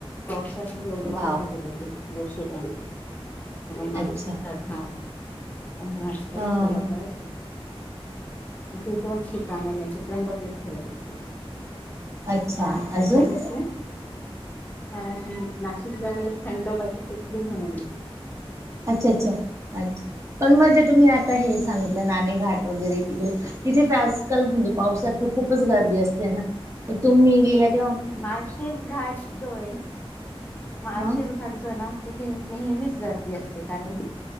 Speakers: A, on the left (about 15°); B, on the right (about 30°).
A: पावसात मी लोणवळला
B: वाव
A: गेलेले आहे <inaudible> गोशी डॅम <unintelligible> माणची
B: अच्छा
A: घाट <inaudible> हाच
B: हा
A: बरोबर
B: हा
A: हे दोन <unintelligible> फ <inaudible> ब खेळ <inaudible>
B: अच्छा
A: अ
B: अजून?
A: अजलओक <inaudible> अ नाशिक जवळील खंडोबाची <unintelligible> मिळाली
B: अच्छा -अच्छा -अच्छा पण मग जे तुम्ही आता हेच- सांगितलं नाणे घाट वगैरे तिकडे तिथे तर आजकाल म्हणजे पावसात तर खूपच गर्दी असते ना- तुम्हि गेला <inaudible>
A: माळशेच घाट जोय माळशेच
B: हा
A: घाट जोय ना तिथे मी- नेहमीच गर्दी असते कारण की